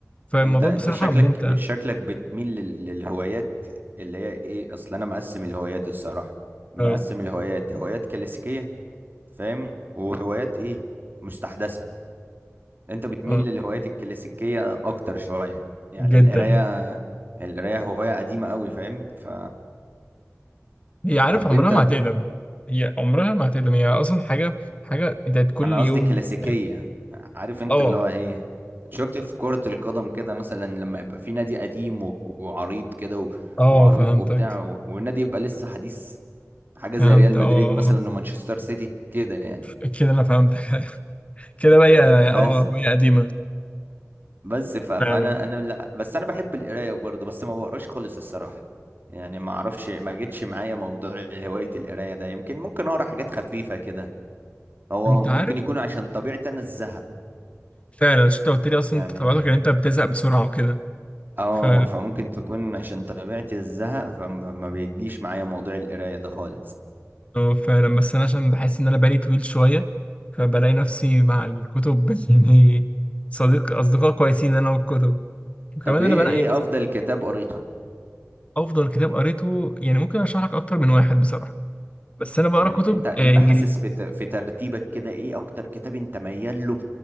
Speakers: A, on the left; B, on the right.
A: فالموضوع
B: انت انت
A: بصراحة
B: شكلك
A: ممتع
B: شكلك بتميل لل- للهوايات اللي هي ايه اصل انا مقسم الهوايات الصراحة مقسم
A: اه
B: الهوايات هوايات كلاسيكية فاهم وهوايات ايه مستحدثة انت بتميل
A: اه
B: للهوايات الكلاسيكية اكتر شوية يعني
A: جدا
B: القراية القراية هواية قديمة قوي فاهم ف
A: هي عارف
B: طب
A: عمرها
B: انت
A: ما هتقدم هي عمرها ما هتقدم هي أصلا حاجة حاجة بتاعت كل
B: انا
A: يوم
B: قصدي كلاسيكيه
A: بتاعت-
B: عارف انت
A: اه
B: اللي هو ايه شفت في كرة القدم كده مثلا لما يبقى في نادي قديم و- وعريض كده و-
A: اه
B: وعريق
A: فهمتك
B: وبتاع و- والنادي يبقى لسه حديث حاجة
A: فهمت
B: زي ريال مدريد
A: اه
B: مثلا
A: آه.
B: ومانشستر سيتي كده يعني
A: آه. كده أنا فهمتك <laughs> كده بقى
B: فاهم
A: هي
B: بس
A: اه هي قديمة
B: بس ف- فانا
A: فعلا
B: انا لا بس انا بحب القراية برضه بس ما بقراش خالص الصراحة يعني ما اعرفش ما جتش معايا موضوع هواية القراية ده يمكن ممكن اقرا حاجات خفيفة كده هو
A: انت
B: ممكن
A: عارف
B: يكون عشان طبيعتي انا الزهق
A: فعلا عشان انت قلت لي اصلا
B: يعني
A: انت طبيعتك ان انت بتزهق بسرعه وكده
B: اه
A: ف
B: فممكن تكون عشان طبيعتي الزهق فما ما بيجيش معايا موضوع القراية ده خالص
A: اه فعلا بس انا عشان بحس ان انا بالي طويل شويه فبلاقي نفسي مع الكتب <laughs> يعني صديق اصدقاء كويسين انا والكتب وكمان
B: طب ايه
A: انا بنقي
B: ايه
A: مثلا
B: افضل كتاب قريته
A: افضل كتاب قريته يعني ممكن ارشح لك اكتر من واحد بصراحه بس انا بقرا
B: يعني
A: كتب
B: انت انت
A: آه، انجليزي
B: حاسس في ت- في ترتيبك كده ايه اكتر كتاب انت ميال له